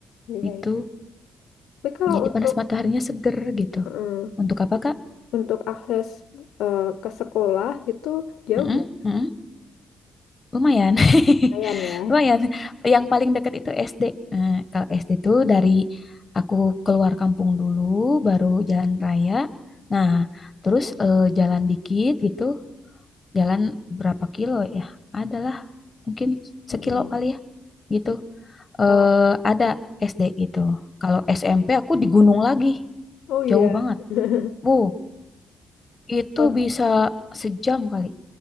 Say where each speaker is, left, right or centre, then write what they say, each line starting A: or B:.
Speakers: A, on the left (about 85°); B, on the left (about 30°).
A: iya,
B: gitu.
A: iya. Tapi kalau
B: Jadi
A: untuk
B: panas mataharinya seger gitu.
A: Mm.
B: Untuk apa Kak?
A: untuk akses eh, ke sekolah gitu jauh
B: Mm-mm,
A: nggak?
B: mm-mm. Lumayan. <laughs>
A: Lumayan ya.
B: Lumayan. Yang paling dekat itu SD. Eh, kalau SD tuh dari aku keluar kampung dulu baru jalan raya. Nah, terus eh, jalan dikit gitu jalan berapa kilo ya? Adalah mungkin
A: Mm-mm.
B: sekilo kali ya gitu. Eh
A: Kalau
B: ada SD gitu. Kalau SMP aku di gunung lagi,
A: oh iya
B: jauh banget.
A: <laughs>
B: Bu, itu
A: Ut-
B: bisa sejam kali